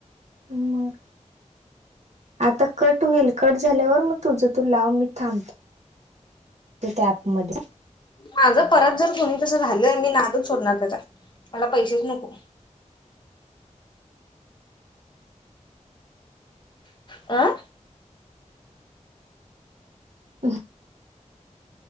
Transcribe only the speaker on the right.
मग आता कट होईल. कट झाल्यावर मग तुझं तू लाव मी थांबते. त्या अॅप मध्ये.
<unintelligible>